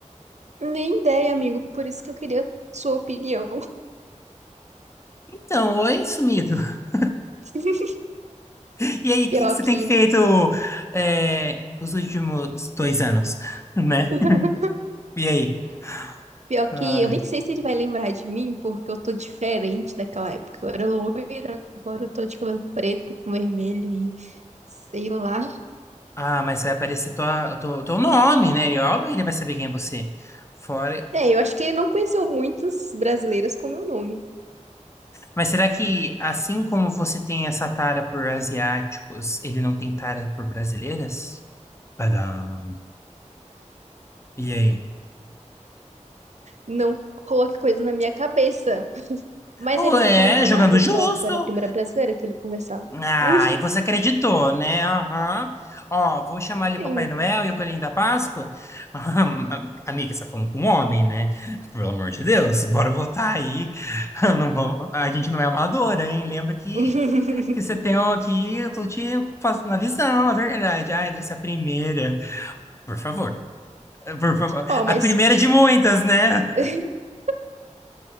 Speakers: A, on the right; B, on the left.
A: Nem ideia, amigo, por isso que eu queria sua opinião.
B: Então, oi, sumido. <laughs>
A: <laughs>
B: E aí, o
A: Pior
B: que que você
A: que.
B: tem feito é, os últimos dois anos, <laughs> né?
A: <laughs>
B: E aí?
A: Pior que
B: Ai.
A: eu nem sei se ele vai lembrar de mim, porque eu tô diferente daquela época. Eu era loira, agora eu tô de cabelo preto com vermelho e sei lá.
B: Ah, mas vai aparecer tua, teu, teu nome, né? E óbvio que ele vai saber quem é você. Fora,
A: É, eu acho que ele não conheceu muitas brasileiras com meu nome.
B: Mas será que, assim como você tem essa tara por asiáticos, ele não tem tara por brasileiras? Padam. E aí?
A: Não coloque coisa na minha cabeça. Mas
B: Ou
A: ele nunca
B: é,
A: comentou
B: jogando
A: nada, ele
B: justo.
A: falava que eu era a primeira brasileira que ele conversava.
B: Ah,
A: <laughs>
B: e você acreditou, né? Aham. Ó, vou chamar ali
A: sim
B: o Papai Noel e o Coelhinho da Páscoa. <laughs> Ah, Amiga, você tá falando com um homem, né? Pelo amor de Deus, bora votar aí. <laughs> Não vou... A gente não é amadora, hein? Lembra que,
A: <laughs>
B: que você tem aqui, eu tô te passando a visão, a verdade. Ai, você é a primeira. Por favor. Por favor.
A: Ó, mas.
B: A primeira de muitas, né?
A: <laughs>